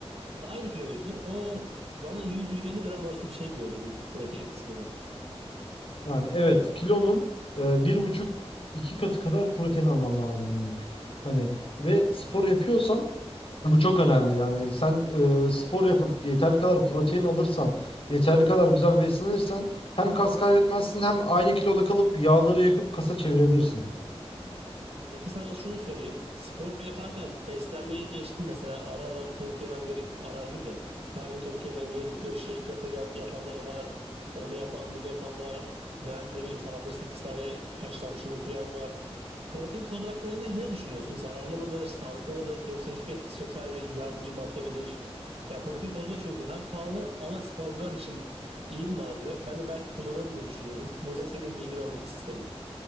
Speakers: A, on the right; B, on the left.
A: Ya da aynı kilo yüzdür. O bana 100-150 gram arası bir şey diyordu günlük protein kısmını.
B: Yani evet kilonun e, bir buçuk iki katı kadar protein alman lazım günlük. Hani ve spor yapıyorsan bu çok önemli. Yani sen e, spor yapıp yeterli kadar protein alırsan, yeterli kadar güzel beslenirsen hem kas kaybetmezsin hem aynı kiloda kalıp yağları yakıp kasa çevirebilirsin.
A: Peki sana şunu sorayım. Spor yaparken beslenmeyi geçtim. Mesela ara ara tavuk yemen gerek, ara ara değil de her gün tavuk yemen gerekiyor. Shake yapı, yapanlar var. Onu yapan, bunu yapan var. Yani ne bileyim sabahları 8 tane haşlanmış yumurta yiyen var. Protein tozu hakkında ne, ne düşünüyorsun? Zararlı mıdır, sağlıklı mıdır yoksa hiçbir etkisi yok sadece yardımcı madde midir? Yani protein tozu da çünkü hem pahalı ama sporcular için iyi bir malzeme. Ben de belki kullanırım diye düşünüyorum. Bu yüzden senin bilgini almak istedim.